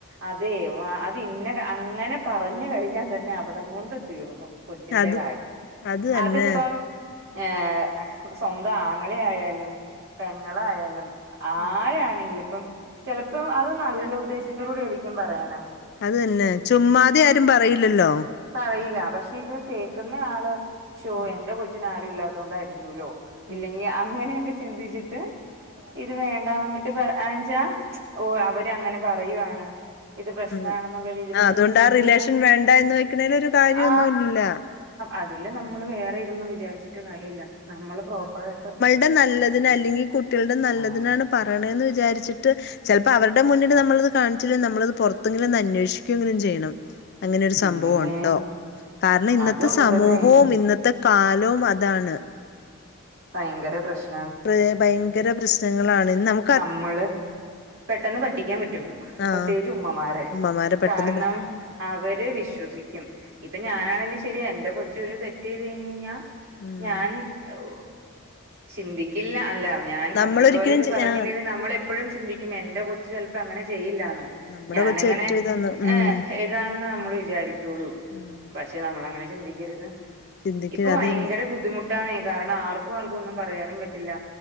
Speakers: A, on the right; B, on the left.
A: അതേ ആ അത് ഇന്ന കാ അങ്ങനെ പറഞ്ഞു കഴിഞ്ഞാ തന്നെ അവിടം കൊണ്ട് തീർന്നു കൊ ച്ചിന്റെ
B: അത്
A: കാര്യം
B: അത് തന്നെ
A: അതിപ്പം ഏ സ്വന്തം ആങ്ങളെയായാലും പെങ്ങളായാലും ആരാണെങ്കില്
B: ഉം
A: പ്പം ചെലപ്പം അത് നല്ല ഉദ്ദേശത്തോടൂടി ആയിരിക്കും പറയണെ
B: അത് തന്നെ ചുമ്മാതെയാരും പറയില്ലല്ലോ
A: പറയില്ല പക്ഷെ ഇത് കേൾക്കുന്നയാള് ശോ
B: ഉം
A: എന്റെ കൊച്ചിനാരുല്ലാത്തോണ്ടായിരിക്കൂല്ലോ ഇല്ലെങ്കി
B: ഉം
A: അങ്ങനെയൊക്കെ ചിന്തിച്ചിട്ട് ഇത് വേണ്ടാന്നുംവ്ട്ട് പറ ആംച്ചാ ഓ അവരങ്ങനെ പറയുവാണ് ഇത്
B: ഉം
A: നെയാണെന്നുള്ള രീതീല്
B: ആഹ്
A: ചിന്തിച്ചയ്ഞ്ഞയിഞ്ഞാ
B: അതുകൊണ്ട് ആ റിലേഷൻ വേണ്ട എന്ന് വെക്കണേൽ ഒരു കാര്യമൊന്നുമില്ല
A: ആ അതില് നമ്മള് വേറെ ഇതൊന്നും വിചാരിച്ചിട്ട് കാര്യല്ല നമ്മള് പ്രോപ്പറായിട്ട്
B: ടെ നല്ലതിന് അല്ലെങ്കി കുട്ടികളുടെ നല്ലതിനാണ്
A: ആഹ്
B: പറയണെന്ന് വിചാരിച്ചിട്ട് ചെലപ്പോ അവര്ടെ മുന്നിലു നമ്മള്ത് കാണിച്ചില്ലെ നമ്മള്ത് പൊറത്തെങ്കിലും ഒന്ന് അന്വേഷിക്കെങ്കിലും ചെയ്യണം അങ്ങനൊരു
A: പിന്നെ
B: സംഭവോണ്ടോ കാരണം ഇന്നത്തെ
A: അതുണ്ടെന്നേ
B: സമൂഹവും ഇന്നത്തെ കാലവും അ അതാണ്
A: ഭയങ്കര പ്രശ്ന
B: <unintelligible> ഭയങ്കര പ്രശ്നങ്ങളാണ് നമ്മ
A: നമ്മള് പെട്ടെന്ന് പറ്റിക്കാൻ പറ്റും പ്രത്യേകിച്ച്
B: ആഹ്
A: ഉമ്മമാരെ
B: ഉമ്മമാരെ പെട്ടെന്ന്
A: കാരണം
B: പറ്റി
A: അവര് വിശ്വസിക്കും ഇപ്പൊ ഞാനാണെങ്കിലും ശരിയാ എന്റെ കൊച്ചൊരു തെറ്റ് ചെയ്ത് കഴിഞ്ഞ് കഴിഞ്ഞാ
B: ഉം
A: ഞാൻ ഒ ചിന്തിക്കില്ല അല്ല ഞാൻ
B: നമ്മളൊരിക്കലും
A: മറ്റുള്ളോരേത്
B: ആഹ്
A: നമ്മളെപ്പോഴും ചിന്തിക്കും എന്റെ കൊച്ച് ചെലപ്പോ അങ്ങനെ ചെയ്യില്ലാന്ന്
B: നമ്മുടെ
A: ഞാനങ്ങനെ
B: കൊച്ച് ഏറ്റവും ഇതാന്ന് ഉം
A: ഏഹ് ഇതാണെന്ന നമ്മള് വിചാരിക്കുള്ളൂ
B: ഉം
A: പക്ഷെ നമ്മളങ്ങനെ ചിന്തിക്കരുത്
B: ചിന്തിക്കുക
A: ഇപ്പൊ വയങ്കര
B: അത് തന്നെ
A: ബുദ്ധിമുട്ട് ട്ടാണെ കാരണം ആർക്കു ആർക്കും ഒന്നും പറയാനും പറ്റില്ല